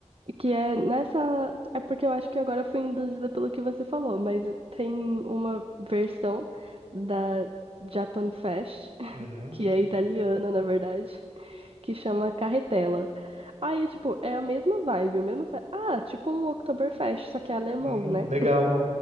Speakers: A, on the right; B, on the right.
A: Que é nessa. É porque eu acho que agora eu fui induzida pelo que você falou, mas tem uma versão da Japan Fest, <laughs>
B: Uhum.
A: que é italiana, na verdade, que chama Carretela. Aí, tipo, é a mesma vibe, a mesma. fe- Ah, tipo um Oktoberfest, só que é alemão,
B: Hum,
A: né?
B: legal,